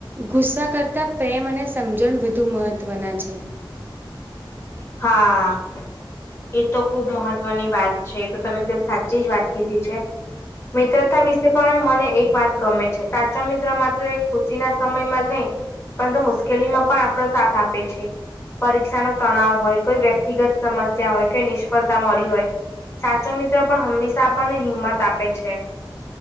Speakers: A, on the right; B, on the left.
A: ગુસ્સા કરતા પ્રેમ અને સમજણ વધુ મહત્વના છે.
B: હા એ તો ખુબ મહત્વની વાત છે. એ તો તમે એકદમ સાચી જ વાત કીધી છે. મિત્રતા વિશે પણ મને એક વાત ગમે છે. સાચો મિત્ર માત્ર એક ખુશીના સમયમાં જ નહીં. પરંતુ મુશ્કેલીમાં પણ આપણો સાથ આપે છે. પરીક્ષાનો તણાવ હોય, કોઈ વ્યક્તિગત સમસ્યા હોય, કોઈ નિષ્ફળતા મળી હોય. સાચો મિત્ર પણ હંમેશા આપણને હિંમત આપે છે.